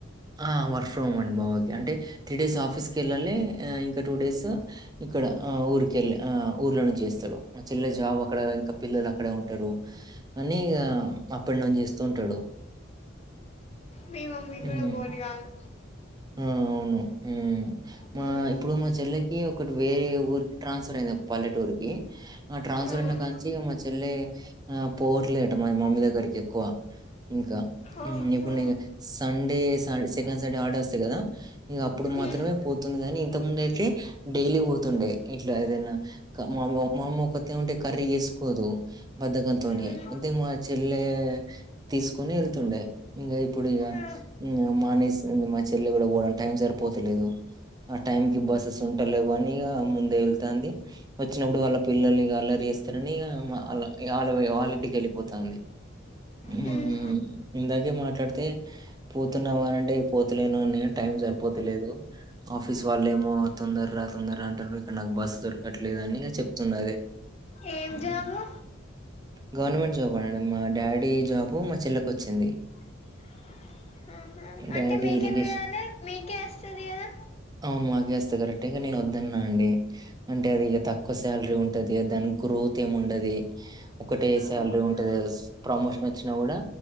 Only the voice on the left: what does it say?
మీ మమ్మీ
కూడా బోర్ గాదు
మ్మ్
మ్మ్
ఓహో
మ్మ్
మ్మ్
ఆ
మ్మ్
ఏం
జాబు
ఆహా
మరి అది మీకే అస్తది కదా
ఓహో